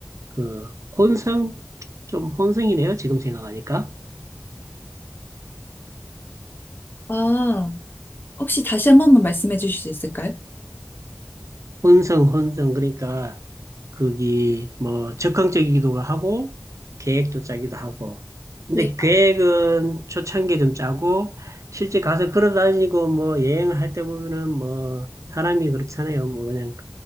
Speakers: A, on the right; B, on the left.
A: 그 혼성 좀 혼성이네요. 지금 생각하니까
B: 아, 혹시 다시 한 번만 말씀해 주실 수 있을까요?
A: 혼성 혼성 그러니까 그게 뭐 적극적이기도 하고 계획도 짜기도 하고 근데
B: 네,
A: 계획은 초창기에 좀 짜고 실제 가서 걸어다니고 뭐 여행을 할 때 보면은 뭐 사람이 그렇잖아요. 뭐 그냥